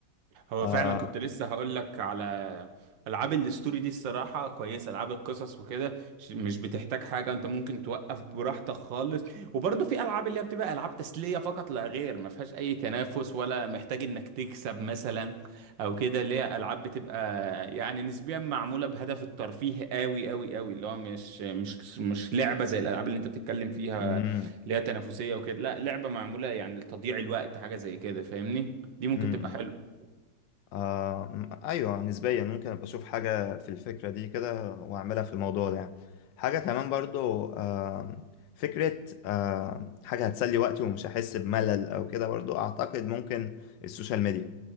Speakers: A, on the right; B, on the left.
A: هو
B: آه
A: فعلا كنت لسه هقول لك على العاب الاستوري دي الصراحه كويسه العاب القصص وكده ش- مش بتحتاج حاجه انت ممكن توقف براحتك خالص وبرضه في العاب اللي هي بتبقى العاب تسليه فقط لا غير ما فيهاش اي تنافس ولا محتاج انك تكسب مثلا او كده اللي هي العاب بتبقى يعني نسبيا معموله بهدف الترفيه قوي قوي قوي اللي هو مش مش مش لعبه زي الالعاب اللي انت بتتكلم فيها
B: امم
A: اللي هي تنافسيه وكده لا لعبه معموله يعني لتضييع الوقت حاجه زي كده فاهمني دي ممكن
B: امم
A: تبقى
B: امم.
A: حلوه
B: آه م- ايوه نسبيا ممكن ابقى اشوف حاجه في الفكره دي كده واعملها في الموضوع ده يعني حاجه كمان برضو آه فكره آه حاجه هتسلي وقتي ومش هحس بملل او كده برضو اعتقد ممكن السوشيال ميديا